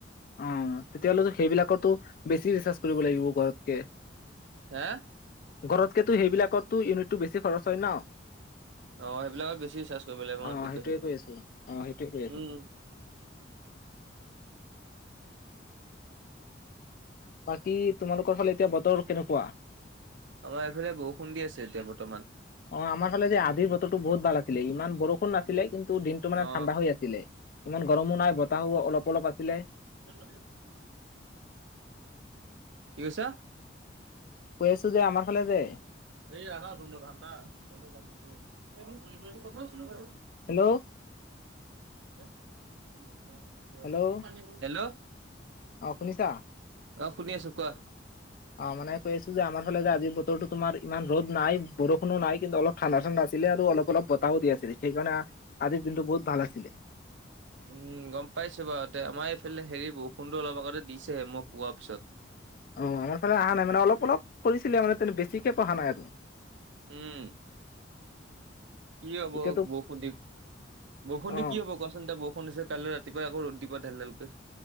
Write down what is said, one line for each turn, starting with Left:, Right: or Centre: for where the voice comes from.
Left: অ অ অ তেতিয়া হ'লেতো সেইবিলাকৰটো বেছি ৰিচাৰ্জ কৰিব লাগিব ঘৰত কে।
Right: হেয়া
Left: ঘৰতকেতো সেইবিলাকৰতো ইউনিটটো বেছি খৰচ হয় ন।
Right: অ সেইবিলাকত বেছি ৰিচাৰ্জ কৰিব লাগিব
Left: অ
Right: ঠিক
Left: সেইটোৱেই
Right: কৈছা তুমি
Left: কৈ আছো অ সেইটোৱে কৈ আছো
Right: উম
Left: মই। বাকী তোমালোকৰ ফালে এতিয়া বতৰ কেনেকুৱা?
Right: আমাৰ এইফালে বৰুষুণ দি আছে এতিয়া বৰ্তমান।
Left: অ আমাৰ ফালে যে আজিৰ বতৰটো বহুত ভাল আছিলে ইমান বৰ বৰষুণ নাছিলেই কিন্তু দিনটো মানে
Right: অ
Left: ঠাণ্ডা হৈ আছিলে ইমান গৰমো নাই বতাহো অলপ অলপ আছিলে।
Right: <unintelligible> অ কি কৈছা?
Left: কৈ
Right: <unintelligible>
Left: আছো যে আমাৰ ফালে যে
Right: এইয়া আহা ৰোমটো ঠাণ্ডা তয় তো জানি বুজি লৈছো এই ফোন কৰিবৈ তো কথা দিছিলো বাৰু
Left: হেল্ল'
Right: <unintelligible>
Left: হেল্ল'
Right: হেল্ল'
Left: অ শুনিছা।
Right: অ শুনি আছো কোৱা।
Left: অ মানে কৈ আছো যে আমাৰ ফালে যে আজি বতৰতো তোমাৰ ইমান ৰ'দ নাই বৰষুণো নাই কিন্তু অলপ ঠাণ্ডা ঠাণ্ডা আছিলে আৰু অলপ অলপ বতাহও দি আছিলে সেইকাৰণে আজিৰ দিনটো বহুত ভাল আছিলে।
Right: উম উ উ গম পাইছো বাৰুতে আমাৰ এইফালে হেৰি বৰষুণটো অলপ আগতে দিছেহে মই শোৱাৰ পিছত।
Left: অ, আমাৰ ফালে আহা নাই মানে অলপ অলপ পৰিছিলে মানে তেনে বেছিকে পঢ়া নাই আৰু
Right: উম উ উ খু কি হব
Left: এতিয়াতো
Right: বৰষুণ দি বৰষুণ
Left: অ
Right: দি কি হ'ব? কোৱাচোন এতিয়া বৰষুণ হৈছে কাইলৈ ৰাতিপুৱাই আকৌ ৰ'দ দিব ধেল ধেল কৈ।